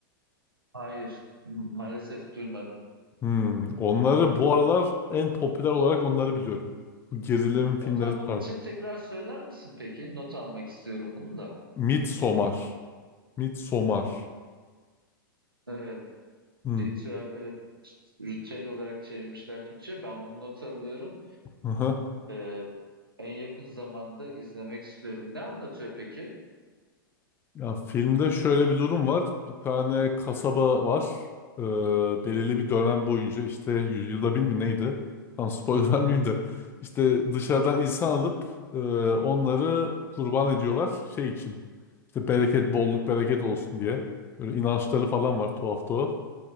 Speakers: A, on the right; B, on the left.
A: hayır, maalesef duymadım.
B: Hı. Onları bu aralar en popüler olarak onları biliyorum. Bu gerilim filmleri
A: Not almam
B: tarzı.
A: için tekrar söyler misin peki? Not almak istiyorum bunu da.
B: Midsommar. Midsommar.
A: Evet,
B: Hı.
A: ritüel, evet, ritüel olarak çevirmişler Türkçe. Ben bunu not alıyorum.
B: <laughs>
A: E, en yakın zamanda izlemek istiyorum. Ne anlatıyor peki?
B: Ya filmde şöyle bir durum var. Bir tane kasaba var. Ee, belirli bir dönem boyunca işte yüzyılda bir mi neydi? Tam spoiler <laughs> vermeyeyim de. İşte dışarıdan insan alıp e, onları kurban ediyorlar şey için. İşte bereket, bolluk, bereket olsun diye. Böyle inançları falan var tuhaf tuhaf.